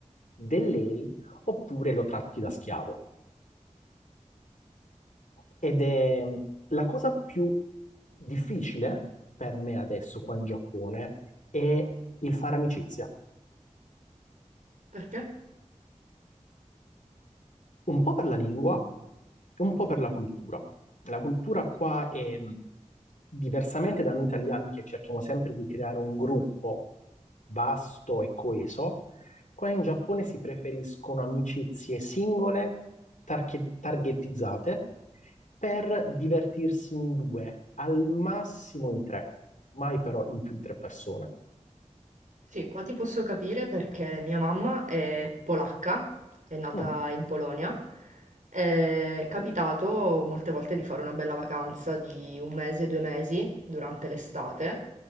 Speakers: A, on the left; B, on the right.
A: del lei, oppure lo tratti da schiavo. Ed è mm, la cosa più difficile per me adesso qua in Giappone è il fare amicizia.
B: Perché?
A: un po' per la lingua e un po' per la cultura. La cultura qua è, mh, diversamente da noi italiani che cerchiamo sempre di creare un gruppo vasto e coeso, qua in Giappone si preferiscono amicizie singole, tarche- targettizzate, per divertirsi in due, al massimo in tre, mai però in più di tre persone.
B: Sì, qua ti posso capire perché mia mamma è polacca, è nata
A: Mm,
B: in Polonia. È capitato molte volte di fare una bella vacanza di un mese, due mesi durante l'estate.